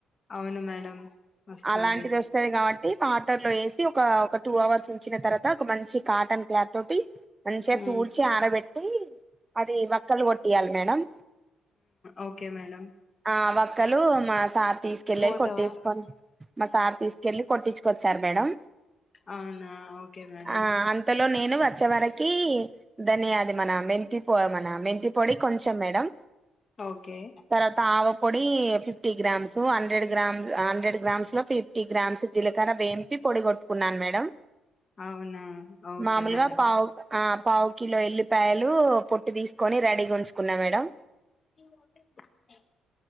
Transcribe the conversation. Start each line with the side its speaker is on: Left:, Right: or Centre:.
Left: అవును మేడం వస్తుంది
Right: అలాంటిది వస్తది కాబట్టి పాటర్ ల్లో వేసి ఒక టూ అవర్స్ ఉంచిన తర్వాత ఒక మంచి కాటన్ క్లాత్ తోట్టి మంచంతో
Left: మ్మ్
Right: ఊడ్చి ఆరబెట్టి అది వక్కలు కొట్టియాలి మేడ మం
Left: ఓకే మేడం
Right: ఆ ఒక్కలు మా సా తీసుకెళ్ళి
Left: పోతావా
Right: కొట్టేస్కొని మసారు తీసుకెళ్ళి కొట్టిచ్ కొచ్చారు మేడం
Left: అవునా ఓకే మేడం
Right: ఆ అంతలో నేను వచ్చే వరకి ధన్యాది మన మెంతి పొ మన మెంతి పొడి కొంచెం మేడం
Left: ఓకే
Right: తర్వాత ఆ ఒక్ పొడి fifty grams hundred grams hundred grams లో ఫిఫ్ ఇ గ్రామ్స్ జిలకార ఎంపీ పొడిగొట్ కున్నాను మేడం
Left: అవునా ఓకే
Right: మామూలుగా
Left: మేడం
Right: పావు ఆ పావు కిలో ఎల్లిపాయలు పొట్టి తీసుకొని రెడీగా ఉంచుకున్నా మేడం
Left: ఈ మోటర్ బ్యాంగ్ బే